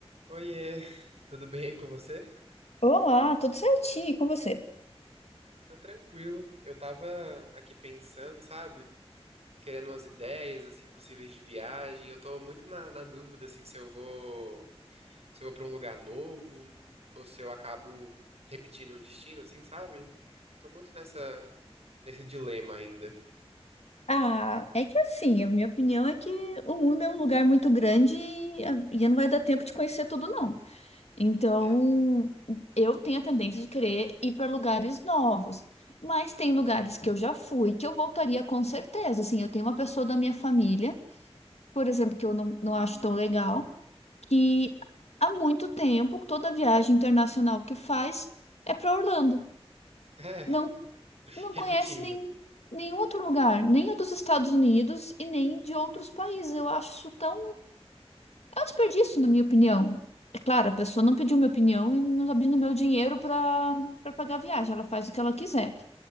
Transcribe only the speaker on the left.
Olá, tudo certinho e com você?
Ah, é que assim, a minha opinião é que o mundo é um lugar muito grande e, a- e não vai dar tempo de conhecer tudo, não. Então,
eu tenho a tendência de querer ir para lugares novos, mas tem lugares que eu já fui que eu voltaria com certeza. Assim, eu tenho uma pessoa da minha família, por exemplo, que eu não, não acho tão legal, que há muito tempo, toda viagem internacional que faz é para Orlando.
não não
conhece nem, nenhum outro lugar, nem o dos Estados Unidos e nem de outros países. Eu acho isso tão. É um desperdício, na minha opinião. É claro, a pessoa não pediu minha opinião e não tá pedindo meu dinheiro para para pagar a viagem. Ela faz o que ela quiser.